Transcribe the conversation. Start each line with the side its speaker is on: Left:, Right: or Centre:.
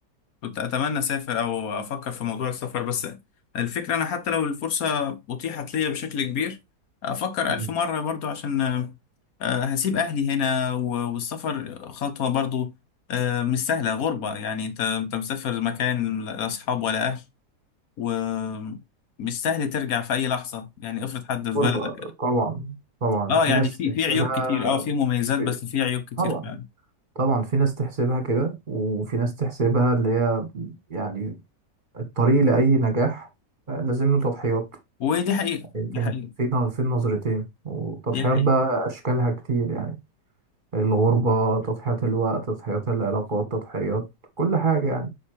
Left: كنت أتمنى أسافر أو أفكر في موضوع السفر بس الفكرة أنا حتى لو الفرصة أتيحت ليا بشكل كبير أفكر
Right: مم.
Left: ألف مرة برضو عشان آه، هسيب أهلي هنا و- والسفر خطوة برضو آه، مش سهلة غربة يعني أنت أنت مسافر مكان لا أصحاب ولا أهل ومش سهل ترجع في أي لحظة يعني افرض حد في
Right: الغربة
Left: بلدك
Right: طبعا طبعا
Left: أه
Right: في
Left: يعني
Right: ناس
Left: في
Right: تحسبها
Left: في عيوب كتير أه في مميزات
Right: في...
Left: بس في عيوب كتير
Right: طبعا
Left: فعلا
Right: طبعا في ناس تحسبها كده وفي ناس تحسبها اللي هي يعني الطريق لأي نجاح آه، لازم له تضحيات
Left: ودي حقيقة
Right: يعني
Left: دي
Right: فين
Left: حقيقة
Right: في ن- في النظرتين وتضحيات
Left: دي حقيقة
Right: بقى أشكالها كتير يعني الغربة تضحية الوقت تضحيات العلاقات تضحيات كل حاجة يعني